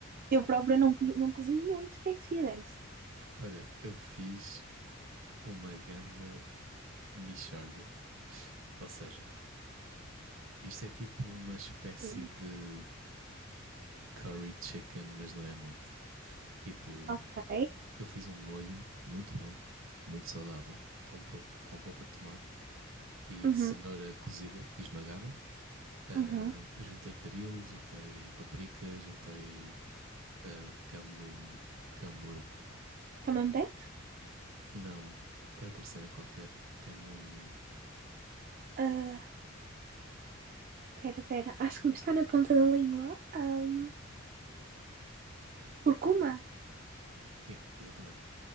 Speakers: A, on the right (about 45°); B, on the right (about 65°).
A: Eu própria não, co- não cozinho muito. O que é que tu fizeste?
B: Olha, eu fiz uma ganda mixórdia. Ou seja, isto é tipo uma espécie
A: Hum,
B: de curry chicken, mas não é muito. Tipo,
A: Ok.
B: Eu fiz um molho muito bom, muito saudável, com, pol- com polpa de tomate e
A: Uhum,
B: cenoura cozida e esmagada. Ah,
A: uhum.
B: juntei caril, juntei paprika, juntei ah, camum, camur...
A: Camembert?
B: Não, é outra cena qualquer. Camum...
A: Ah, pera, pera, acho que me está na ponta da língua. Ahm, curcuma?
B: Sim, exatamente.